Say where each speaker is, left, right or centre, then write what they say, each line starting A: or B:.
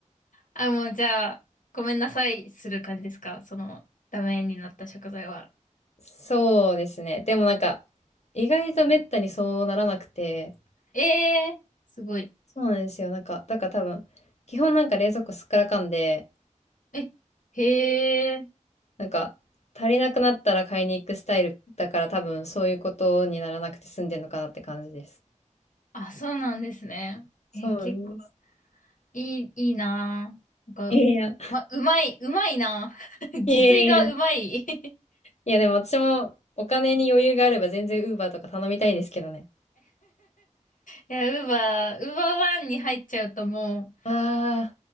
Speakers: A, on the left; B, on the left.
A: あ、もうじゃあ、ごめんなさいする感じですかその、ダメになった食材は。
B: そうですね。でもなんか、意外とめったにそうならなくて、
A: ええー、すごい。
B: そうなんですよ。なんか、だから多分、基本なんか冷蔵庫すっからかんで、
A: え、へえ、
B: なんか、足りなくなったら買いに行くスタイルだから多分そういうことにならなくて済んでるのかなって感じです。
A: あ、そうなんですね。
B: そうなんです。
A: え、結構。いい、いいなぁ。なんか、
B: いやいや、
A: ま、うまい、うまいなぁ。<laughs> 自炊がうまい。
B: いやいや。
A: <laughs> い
B: いやでも私もお金に余裕があれば全然ウーバーとか頼みたいですけどね。
A: や、ウーバー、ウーバーワンに入っちゃうとも
B: あ